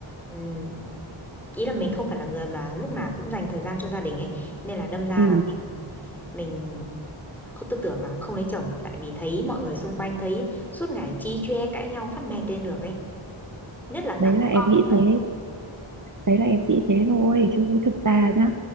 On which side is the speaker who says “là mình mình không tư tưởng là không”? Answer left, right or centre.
Centre